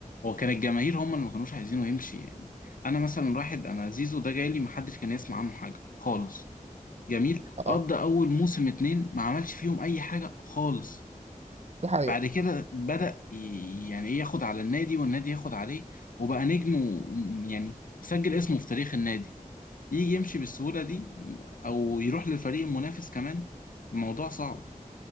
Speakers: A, on the left; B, on the right.
A: هو كان الجماهير هم اللي ما كانوش عايزينه يمشي يعني أنا مثلا واحد أنا زيزو ده جاي لي محدش كان يسمع عنه حاجة خالص جميل قضى
B: اه
A: أول موسم اتنين ما عملش فيهم أي حاجة خالص
B: دي حقيقة
A: بعد كده بدأ ي- يعني ايه ياخد على النادي والنادي ياخد عليه وبقى نجم و- يعني وسجل اسمه في تاريخ النادي يجي يمشي بالسهولة دي او يروح للفريق المنافس كمان الموضوع صعب